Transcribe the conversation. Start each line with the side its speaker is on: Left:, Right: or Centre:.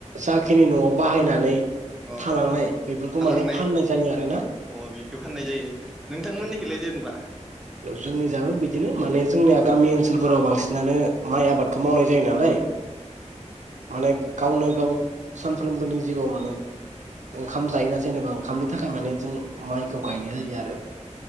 Right: जाखिनि न'आव बाहायनानै
Centre: ओ
Right: थालांनाय बेफोरखौ
Centre: थालांनाय
Right: माने फाननाय जायो आरो ना।
Centre: अ बेखौ होननाय जायो नोंथांमोननिखैलाय जेनेबा?
Right: बेव जोंनि जाबो बिदिनो माने जोंनिया गामि ओनसोलफोराव बांसिनानो माइ आबादखौ मावनाय जायो नालाय
Centre: औ
Right: माने गावनो गाव सानफ्रोमबोनि जिउआव माने ओंखाम जायोना जेनेबा ओंखामनि थाखाय माने जों माइखौ गायनाय जायो आरो।